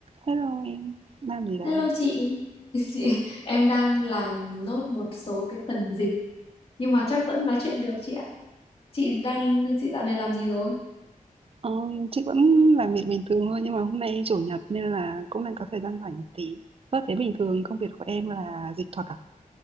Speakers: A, on the right; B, on the left.
A: Hello em, làm gì đấy?
B: Hello chị. <laughs> Chị, em đang làm nốt một số cái phần dịch nhưng mà chắc vẫn nói chuyện được chị ạ. Chị đang chị dạo này làm gì rồi?
A: Ờ, chị vẫn làm việc bình thường thôi nhưng mà hôm nay chủ nhật nên là cũng đang có thời gian rảnh một tí. Ơ thế bình thường công việc của em là dịch thuật à?